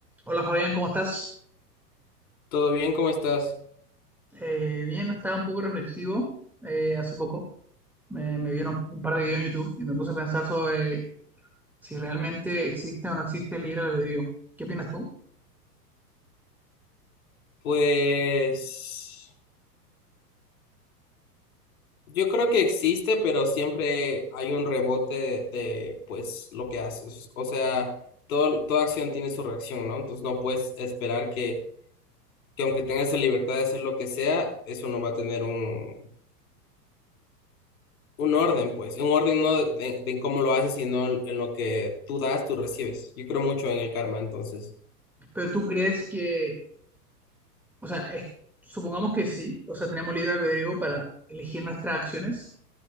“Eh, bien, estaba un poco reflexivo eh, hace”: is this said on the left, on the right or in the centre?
Centre